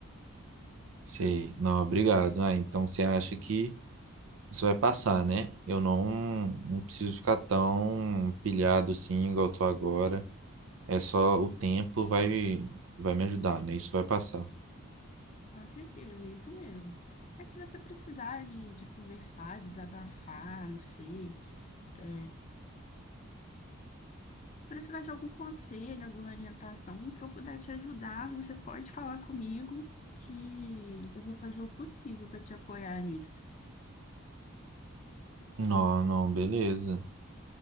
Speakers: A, on the right; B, on the left.
A: Sei, não, obrigado. Ah, então você acha que Isso vai passar, né? Eu não, não preciso ficar tão pilhado assim, igual eu tô agora. É só o tempo vai, vai me ajudar, né? Isso vai passar.
B: Com certeza, é isso mesmo. Mas se você precisar de, de conversar, desabafar, não sei É, precisar de algum conselho, alguma orientação, que eu puder te ajudar, você pode falar comigo que eu vou fazer o possível para te apoiar nisso.
A: Não, não, beleza.